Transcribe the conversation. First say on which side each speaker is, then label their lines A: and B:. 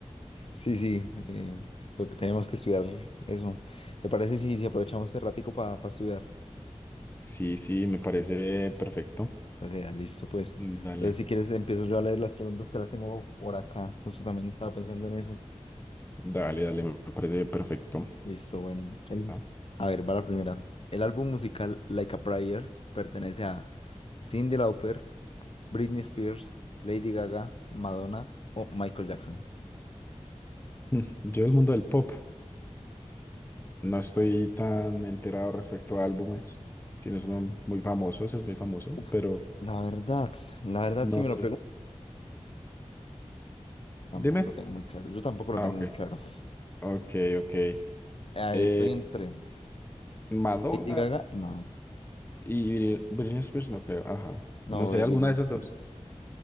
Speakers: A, on the left (about 55°); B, on the left (about 20°).
A: Sí, sí, eh, lo que tenemos que estudiar eso. ¿Te parece si, si aprovechamos este ratico para estudiar?
B: Sí, sí, me parece perfecto.
A: Pues ya, listo, pues.
B: Mm, Dale,
A: Entonces, si quieres, empiezo yo a leer las preguntas que las tengo por acá. Justo también estaba pensando en eso.
B: dale, dale, me parece perfecto.
A: Listo, bueno. El-
B: Ah,
A: a ver, va la primera. El álbum musical Like a Prayer pertenece a Cyndi Lauper, Britney Spears, Lady Gaga, Madonna o Michael Jackson.
B: <laughs> Yo del mundo del pop no estoy tan enterado respecto a álbumes, sino es uno muy famoso, ese es muy famoso,
A: Uf,
B: pero
A: la verdad, la verdad
B: no
A: si me
B: sé.
A: lo pregunto, tampoco
B: Dime.
A: lo tengo muy claro. Yo tampoco lo
B: Ah,
A: tengo
B: ok,
A: muy claro.
B: ok, ok.
A: A
B: Eh,
A: ver, estoy entre
B: Madonna
A: Lady Gaga y Madonna.
B: Y Britney Spears, no creo. Ajá.
A: No,
B: No sé,
A: Britney
B: alguna de esas
A: Spears.
B: dos.